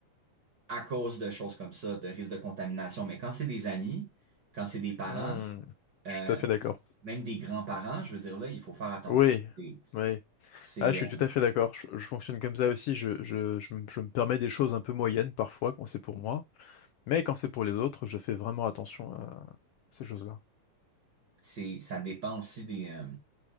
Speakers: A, on the right; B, on the left.
A: à cause de choses comme ça, de risque de contamination. Mais quand c'est des amis, quand c'est des parents,
B: Hmm,
A: euh,
B: je suis tout à fait d'accord.
A: même des grands-parents, je veux dire là, il faut faire attention.
B: Oui,
A: C'est,
B: oui.
A: c'est,
B: Ah, je suis
A: euh,
B: tout à fait d'accord. Je, je fonctionne comme ça aussi. Je, je, je, me je me permets des choses un peu moyennes parfois quand c'est pour moi. Mais quand c'est pour les autres, je fais vraiment attention à ces choses-là.
A: c'est, ça dépend aussi des. euh,